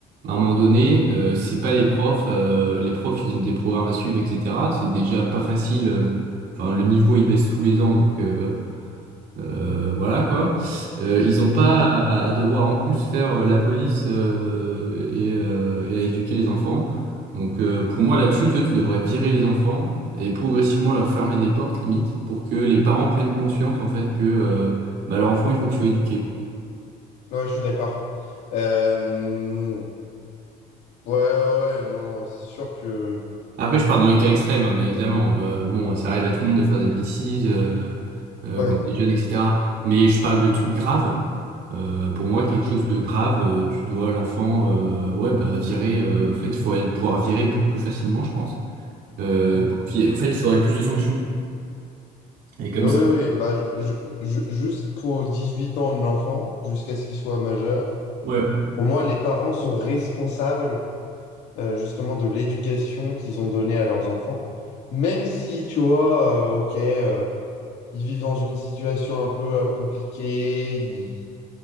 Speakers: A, on the right (about 75°); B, on the left (about 80°).
A: À un moment donné, euh, c'est pas les profs. euh, les profs, ils ont des programmes à suivre, etc. C'est déjà pas facile. euh, Enfin, le niveau, il baisse tous les ans, donc. euh, euh, voilà quoi. Euh, ils n'ont pas
B: mm. mm.
A: à, à devoir en plus faire euh, la police euh, et, euh, et à éduquer les enfants. Donc euh, pour moi là-dessus, toi, tu devrais virer les enfants et progressivement leur fermer des portes limite pour que les parents prennent conscience en fait que euh, bah, leur enfant il faut qu'il soit éduqué. quoi.
B: Ouais, je suis d'accord. Euh, ouais, ouais, ouais, non, c'est sûr que...
A: Après, je parle dans les cas extrêmes, hein, bien évidemment. Euh, bon, ça arrive à tout le monde de faire des bêtises euh, euh,
B: Ouais.
A: quand on est jeune, etc. Mais je parle de trucs graves. Euh, pour moi, quelque chose de grave, euh, tu dois l'enfant, euh, ouais, bah virer. euh, en fait, il faudrait pouvoir virer beaucoup plus facilement, je pense. Euh,
B: Mm.
A: pour qu'il y ait- en fait, il faudrait plus de sanctions. Et comme
B: Oui, oui,
A: ça,
B: oui, bah, je- je- je- jusqu'aux 18 ans de l'enfant, jusqu'à ce qu'il soit majeur,
A: ouais.
B: pour moi, les parents sont responsables euh, justement de l'éducation qu'ils ont donnée à leurs enfants. Même si, tu vois, euh, ok... euh, ils vivent dans une situation un peu euh, compliquée. Ils,